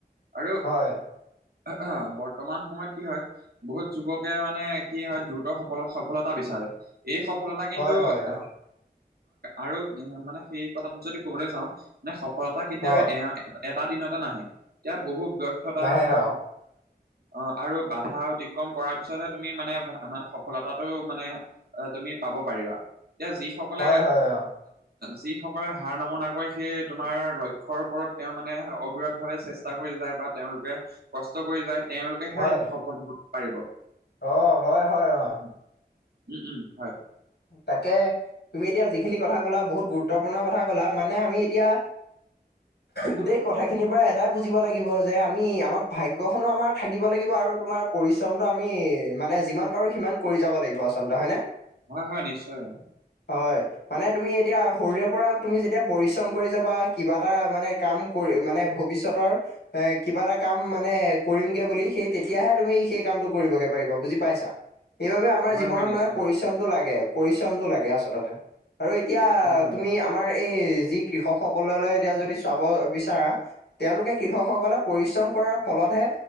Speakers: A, on the right; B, on the left.
A: আৰু
B: হয়।
A: অ বৰ্তমান সময়ত, কি হয় বহুত যুৱকে মানে কি হয় দ্ৰুত সফলত সফলতা বিচাৰে। এই সফলতা কিন্তু
B: হয় হয়
A: এ
B: অ
A: আৰু মানে সেই কথা যদি কবলৈ যাওঁ। মানে সফলতা কেতিয়া
B: অ
A: এ এটা দিনতে নাহে এতিয়া বহুত ব্যৰ্থতা
B: নাহে
A: বা
B: অ
A: অ আৰু বাধা অতিক্ৰম কৰাৰ পিছতহে তুমি মানে মানে সফলতাটো মানে, আহ তুমি পাব পাৰিবা এতিয়া যিসকলে।
B: হয় হয় অ
A: যিসকলে হাৰ নমনা কৰে সেই তোমাৰ লক্ষীয় ওপৰত তেওঁ মানে অবিৰত ভাৱে চেষ্টা কৰি যায় বা তেওঁলোকে কষ্ট কৰি যায় তেওঁলোকে। তেতিয়াহে
B: হয়
A: এদিন সফল হব পাৰিব
B: অ হয় হয় অ
A: উম উম হয়।
B: তাকে তুমি এতিয়া যিখিনি কথা কলা বহুত গুৰুত্বপূৰ্ণ কথা কলা মানে আমি এতিয়া। গোটেই কথাখিনিৰ পৰা এটাই বুজিব লাগিব যে আমি আমাক, ভাগ্য খনো আমাৰ থাকিব লাগিব আৰু তোমাৰ পৰিশ্ৰমটো আমি মানে যিমান পাৰো সিমান। কৰি যাব লাগিব আচলতে হয়নে।
A: হয় হয় নিশ্চয় হয়।
B: হয় মানে তুমি এতিয়া সৰুৰে পৰা তুমি যেতিয়া পৰিশ্ৰম কৰি যাবা কিবা এটা মানে কাম। কৰি মানে ভৱিষ্যতৰ, এ কিবা এটা কাম মানে কৰিমগে বুলি সেই তেতিয়াহে তুমি সেই কামটো কৰিবগে পাৰিবা বুজি পাইছা। সেইবাবে আমাৰ
A: হয়
B: জীৱনত
A: হয় নিশ্চয়
B: মানে পৰিশ্ৰমটো লাগে পৰিশ্ৰমটো লাগে আচলতে। আৰু এতিয়া
A: হয় হয়
B: তুমি,
A: অ
B: আমাৰ এই যি কৃষক সকললৈ এতিয়া যদি চাব বিচাৰা তেওঁলোকে, কৃষকসকলে পৰিশ্ৰম কৰাৰ ফলতহে।